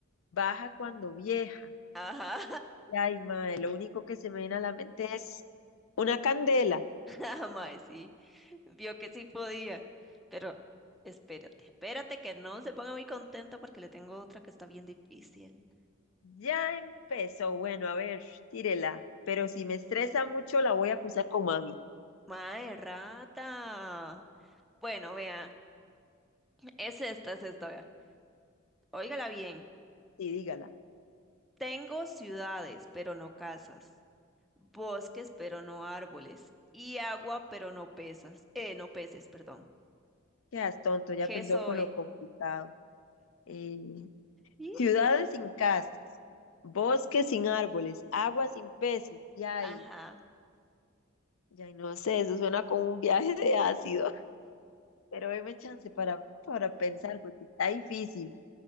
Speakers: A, on the left; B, in the centre.
A: baja cuando vieja.
B: Ajá,
A: Y, Ay, madre, lo único que se me viene a la mente es una candela.
B: <laughs> mae, sí. Vio que sí podía, pero espérate, espérate que no se ponga muy contenta porque le tengo otra que está bien difícil.
A: Ya empezó. Bueno, a ver, tírela. Pero si me estresa mucho, la voy a acusar con mami.
B: Mae, rata. Bueno, vea, es esta, es esta, vea. Óigala bien.
A: Sí, dígala.
B: Tengo ciudades, pero no casas, bosques, pero no árboles, y agua, pero no pesas, eh, no peces, perdón.
A: Quedas tonto, ya
B: ¿Qué
A: pensó
B: soy?
A: con lo complicado. Eh,
B: <laughs>
A: ciudades
B: Ih,
A: sin casas, bosques sin árboles, agua sin peces. Ya.
B: Ajá.
A: Ya no sé, eso suena como un viaje de ácido, <laughs> pero deme chance para, para pensar, porque está difícil,